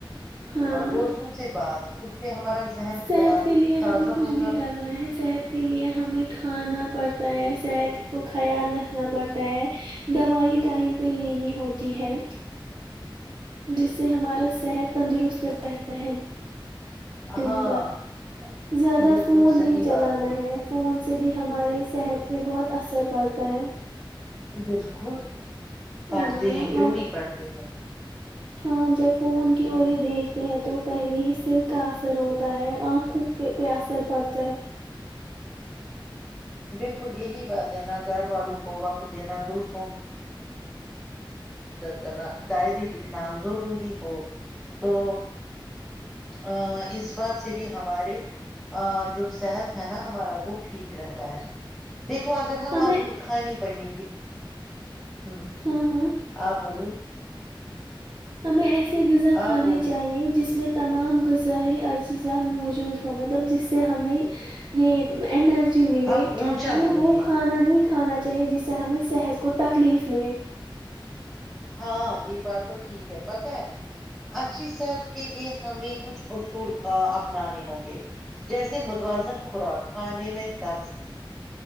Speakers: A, on the right; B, in the centre.
A: ہاں ہاں
B: دوستوں سے بات <unintelligible> سے ہمارا ذہن
A: صحت کے لیے
B: تازہ
A: ہمیں کچھ
B: ہوگا
A: بھی کرنا ہے صحت کے لیے ہمیں کھانا پڑتا ہے صحت کو خیال رکھنا پڑتا ہے دوائی ٹائم پہ لینی ہوتی ہے جس سے ہمارا صحت تندرست رہتا ہے <unintelligible> دن
B: ہاں
A: بد زیادہ
B: بالکل
A: فون
B: صحیح
A: نہیں چلانا
B: بات بول
A: ہے فون سے بھی ہماراری صحت پہ بہت اثر پڑتا ہے
B: بالکل <inaudible> پڑھتے
A: ہاں
B: ہیں کیوں
A: آ-
B: نہیں پڑھتے ہیں
A: ہاں جب <unintelligible> فون کی اور
B: ہ
A: دیکھتے ہیں تو <unintelligible> پہلے ہی سر کا اثر ہوتا ہے آنکھوں پہ اثر پڑتا ہے <unintelligible>
B: بالکل یہی بات ہے نا گھر والوں کو وقت دینا دوسروں <unintelligible> مدد کرنا ڈائری لکھنا ضروری ہو تو ا اس بات سے بھی ہمارے جو صحت ہے نا ہمارا وہ ٹھیک رہتا ہے <unintelligible> دیکھو اگر ہم
A: ہمیں
B: آپ ہم کھے پانی کی <unintelligible> ہوں
A: ہاں ہاں
B: آ بولی <unintelligible>
A: ہمیں ایسے غذا
B: آپ
A: کھانے
B: بول
A: چاہیے جس <unintelligible> اس میں تمام غذہائی اجزاء موجود ہوں مطلب جس سے ہمیں یہ ارجی ملے
B: آپ اونچا
A: ہمیں
B: بولیے
A: وہ کھانا نہیں کھانا چاہیے جس سے ہمیں صحت کو تکلیف ملے
B: ہاں یہ بات تو ٹھیک ہے پت ہے اچھی صحت کے لیے ہمیں کچھ اصول اپنانے ہوں گے جیسے متوازن خوراک کھانے میں سبز